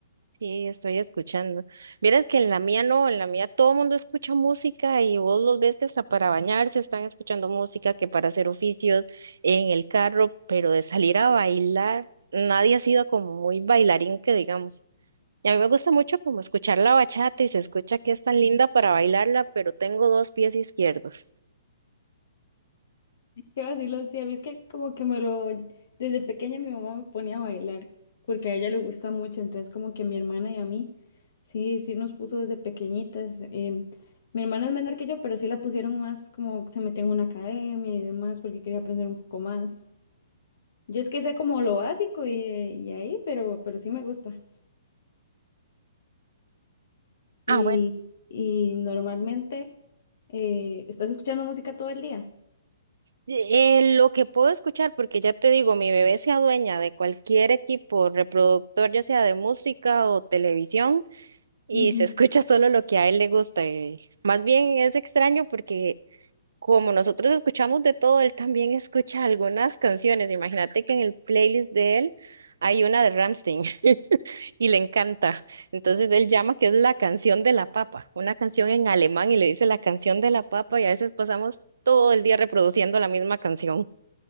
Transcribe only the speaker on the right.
Sí, estoy escuchando. Vieras que en la mía no, en la mía todo el mundo escucha música y vos los ves que hasta para bañarse están escuchando música, que para hacer oficios en el carro, pero de salir a bailar, nadie ha sido como muy bailarín que digamos. Y a mí me gusta mucho como escuchar la bachata y se escucha que es tan linda para bailarla, pero tengo dos pies izquierdos.
Ah,
Eh, lo que puedo escuchar, porque ya te digo, mi bebé se adueña de cualquier equipo reproductor, ya sea de música o televisión, y
se escucha <laughs> solo lo que a él le gusta. eh. Más bien es extraño porque como nosotros escuchamos de todo, él también escucha algunas canciones. Imagínate que en el playlist de él hay una de Rammstein <laughs> y le encanta. Entonces él llama que es la canción de la papa, una canción en alemán y le dice la canción de la papa y a veces pasamos todo el día reproduciendo la misma canción.